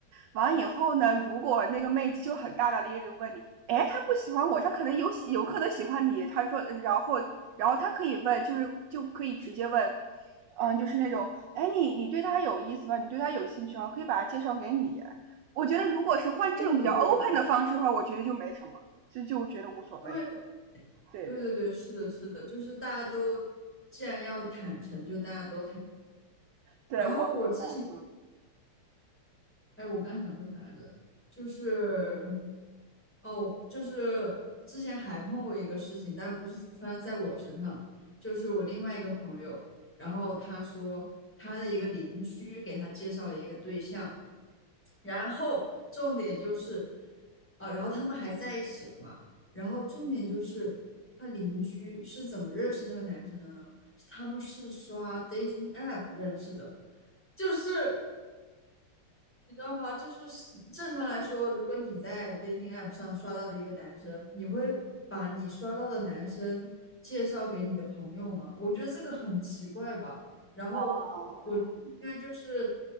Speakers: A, on the right; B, in the centre.
A: 完了以后呢，如果那个妹子就很大大咧咧的问你，哎，他不喜欢我，他可能有喜有可能喜欢你，他说，然后然后他可以问，就是就可以直接问。嗯，就是那种，哎，你你对他有意思吧？你对他有兴趣啊？可以把他介绍给你。我觉得如果是换这种比较
B: 嗯，对，
A: open 的方式的话，我觉得就没什么，就就觉得无所谓。
B: 对，
A: 对对
B: 对，对，对，是的，是的，就是大家都既然要坦诚，就大家都坦。
A: 对，
B: 然后我之前，
A: 我明白。
B: 哎，我刚想说啥来着？就是哦，就是之前还碰过一个事情，但不是发生在我身上，就是我另外一个朋友，然后他说他的一个邻居给他介绍了一个对象，然后重点就是，呃，然后他们还在一起了嘛，然后重点就是他邻居是怎么认识那个男生的呢？是他们是刷 dating app 认识的，就是。你知道吗？就是正常来说，如果你在 dating app 上刷到了一个男生，你会把你刷到的男生介绍给你的朋友吗？我觉得这个很奇怪吧。然后我应该就是，
A: 啊，嗯。